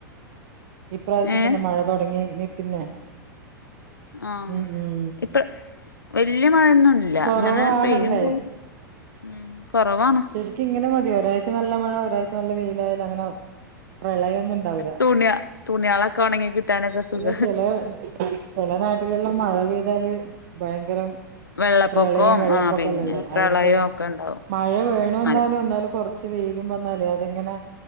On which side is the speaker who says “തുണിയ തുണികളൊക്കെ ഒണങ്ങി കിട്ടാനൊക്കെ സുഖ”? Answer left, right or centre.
Left